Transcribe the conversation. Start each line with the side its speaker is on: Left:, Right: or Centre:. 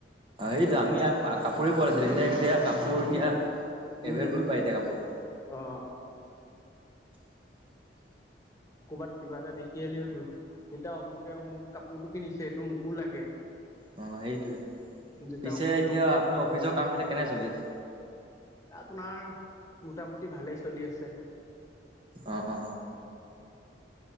Right: এইটো আমি কাপোৰেই পোৱা নাইছিলোঁ
Left: সেইটোৱেতো
Right: এনেই
Left: আপোনাৰ
Right: কাপোৰ এতিয়া
Left: উম
Right: এভেইলেবল
Left: উম
Right: পাই এতিয়া কাপোৰ
Left: অ
Right: <inaudible>
Left: কৰ'বাত কিবা এটা দেখি আহিলেও হ'ল। যেতিয়া অমুকে অমুক কাপোৰটো কিনিছে এইটো মোকো লাগে
Right: অ সেইটোৱে
Left: যেতিয়া
Right: পিছে
Left: অমুকে
Right: এতিয়া
Left: অমুক
Right: আপোনাৰ অফিচৰ কামবিলাক কেনে চলি আছে
Left: আপোনাৰ মোটামুটি ভালেই চলি আছে
Right: অ অ